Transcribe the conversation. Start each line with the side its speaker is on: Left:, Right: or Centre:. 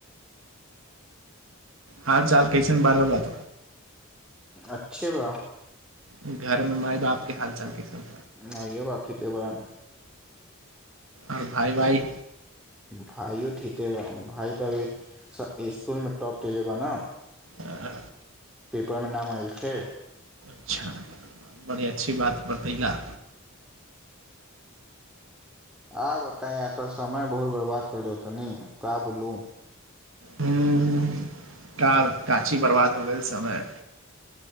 Right: हाल चाल कैसन बारह बात
Centre: अच्छे भा
Right: घरमें माय बाप के हाल चाल के सब
Centre: नहिो बापथि त ब ने
Right: आर भाइ भाइ
Centre: भाइयो े भइ तऽ अभी स्कूल मे टॉप त लेबा ने
Right: आ
Centre: पेपरमे नाम आय छै
Right: अच्छा बड़ी अच्छी बात बतयला
Centre: आ बताय या तऽ समय बहुत बर्बाद करल तनी त बोललू
Right: ह क काची बर्बाद हो गेल समय